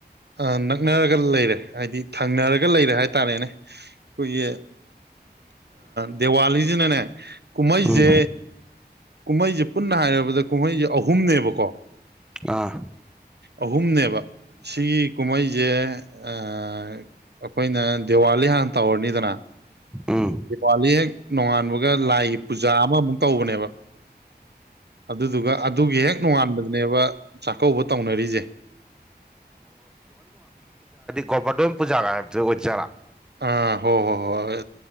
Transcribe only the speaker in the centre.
ꯎꯝ
ꯑꯥ
ꯎꯝ
ꯒꯧꯄꯥꯗꯣꯗ ꯄꯨꯖꯥꯒ ꯒꯥꯏ ꯑꯣꯏꯗꯣꯏ ꯖꯂ